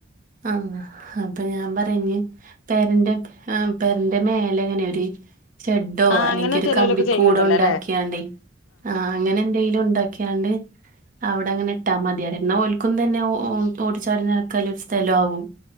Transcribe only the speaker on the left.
ആഹ്
അങ്ങനെ
ചെലോലൊക്കെ ചെയ്യ്ണ്ടല്ലോ
ല്ലേ